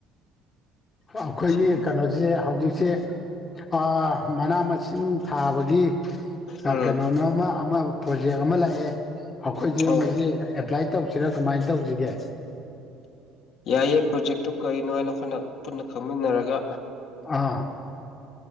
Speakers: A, on the left; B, on the left.
A: ꯑꯩꯈꯣꯏꯒꯤ
B: ꯁꯤꯒꯤ
A: ꯀꯩꯅꯣꯖꯦ ꯍꯧꯖꯤꯛꯁꯦ ꯑꯥ ꯃꯅꯥ ꯃꯁꯤꯡ ꯊꯥꯕꯒꯤ
B: ꯎꯝ
A: ꯀꯩꯅꯣꯅꯣ ꯑꯃꯥ ꯑꯃꯥ ꯄ꯭ꯔꯣꯖꯦꯛ ꯑꯃ ꯂꯥꯛꯑꯦ ꯑꯩꯈꯣꯏꯖꯦ
B: ꯑꯧ
A: ꯃꯁꯤ
B: ꯑꯧ
A: ꯑꯦꯄ꯭ꯂꯥꯏ ꯇꯧꯁꯤꯔꯥ ꯀꯃꯥꯏꯅ ꯇꯧꯁꯤꯒꯦ
B: ꯌꯥꯏꯌꯦ ꯄ꯭ꯔꯣꯖꯦꯛꯇꯨ ꯀꯔꯤꯅꯣ ꯍꯥꯏꯅ ꯑꯩꯈꯣꯏꯅ ꯄꯨꯟꯅ ꯈꯪꯃꯤꯟꯅꯔꯒ
A: ꯑꯥ